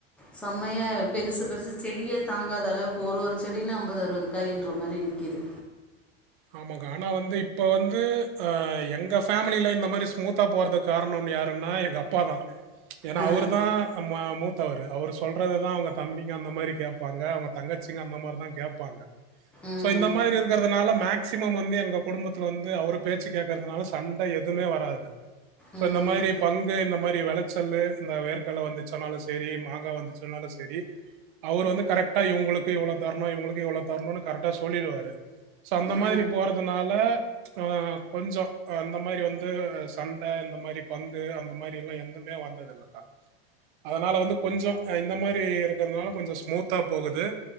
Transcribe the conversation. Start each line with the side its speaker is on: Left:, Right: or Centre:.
Centre: சம்மையா
Right: ஓ
Centre: பெருசுப் பெருசு செடியே தாங்காத அளவுக்கு ஒரு ஒரு செடியிலு அம்பது அறுவது காய்ன்ற மாரி நிக்கிது
Right: ஆமாங்க ஆனா வந்து இப்ப வந்து அ எங்க ஃப் ஃபேமலில இந்த மாரி ஸ்மூத்தா போறதுக் காரணோன்னு யாருன்னா எங்க அப்பா தா ஏன்னா
Centre: ஆ
Right: அவரு தா அம்ம மூத் தவரு அவுரு சொல்றதுதா அவங்க தம்பிங்க அந்த மாரி கேப்பாங்க அவங்க தங்கச்சிங்க அந்த மாரிதா கேப்பாங்க
Centre: ம்
Right: சோ இந்த மாரி இருக்கறதுனால மேக் க்சிமம் வந்து எங்க குடும்பத்துல வந்து அவுரு பேச்சி கேக்கறதுனால சண்ட எதுமே வராது சோ
Centre: ம்
Right: இந்த மாரி பங்கு இந்த மாரி வெளச் ச்சல்லு இந்த வேர்க்கல்ல வந்துச்சனாலு செரி மாங்கா வந்துச்சுனாலு செரி அவரு வந்து கரெக்ட்டா இவ்ங்களுக்கு இவ்ளோ தர்ணு இவ்ங்களுக்கு இவ்ளோ தர்ணுனு கரெக்ட்டா சொல்லிருவாரு அந்த
Centre: ஆ
Right: மாதிரி போறது னால ஆ கொஞ்சொ அ அந்த மாரி வந்து சண்ட இந்த மாரி பங்கு அந்த மாரி எல்லா எந்தமே வந்ததில்லக்கா அதனால வந்து கொஞ்சொ அ இந்த மாரி இருக்கற்துனால கொஞ்சொ ஸ்மூத்தா போகுது